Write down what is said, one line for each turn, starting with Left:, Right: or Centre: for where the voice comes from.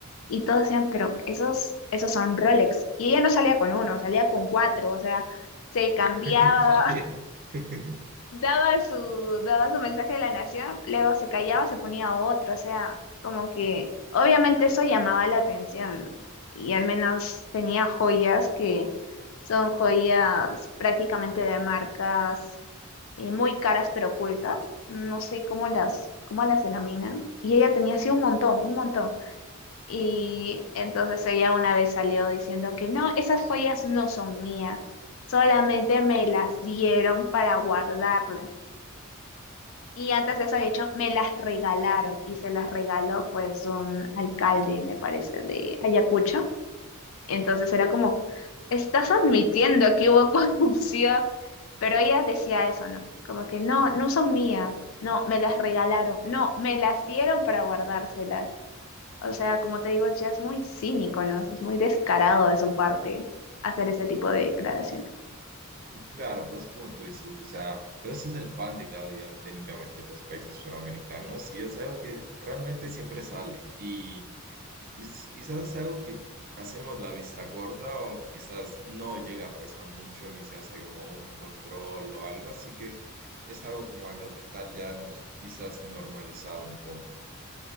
Left: y todos decían, pero esos, esos son Rolex, y ella no salía con uno, salía con cuatro, o sea, se cambiaba,
Right: <laughs> Vaya.
Left: <laughs>
Right: <laughs>
Left: daba su, daba su mensaje de la nación, luego se callaba, se ponía otro, o sea, como que obviamente eso llamaba la atención, ¿no? Y al menos tenía joyas que son joyas prácticamente de marcas eh, muy caras pero ocultas, no sé cómo las, cómo las denominan, y ella tenía así un montón, un montón. Y entonces ella una vez salió diciendo que no, esas joyas no son mías, solamente me las dieron para guardarlas. Y antes de eso, de hecho, me las regalaron y se las regaló pues un alcalde, me parece, de Ayacucho. Entonces era como, estás admitiendo que hubo <laughs> corrupción, pero ella decía eso, ¿no? Como que no, no son mías, no, me las regalaron, no, me las dieron para guardárselas. O sea, como te digo, ya es muy cínico, ¿no? Es muy descarado de su parte hacer ese tipo de declaraciones.
Right: Claro, pero es como tú dices, o sea, pero ese es el pan de cada día técnicamente en los países suramericanos y es algo que realmente siempre sale. Y es quizás algo que hacemos la vista gorda o quizás no llega pues a mucho ni se hace como un control o algo, así que es algo como a lo que tal ya hemos quizás normalizado un poco.